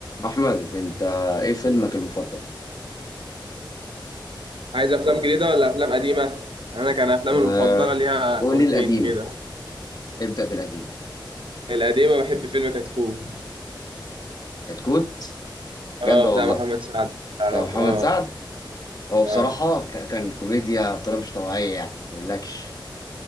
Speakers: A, on the left; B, on the right.
A: أحمد أنت إيه فيلمك المفضل؟
B: عايز افلام جديده ولا افلام قديمه انا كان افلامي
A: أه
B: المفضله ليها
A: قول
B: وجهين
A: لي القديم
B: كده
A: ابدأ بالقديم
B: القديمه بحب فيلم كتكوت
A: كتكوت بجد
B: اه
A: والله
B: بتاع محمد سعد تعرف
A: ده محمد
B: اه
A: سعد هو بصراحة
B: اه
A: ك- كان كوميديا بطريقة مش طبيعية يعني ما أقولكش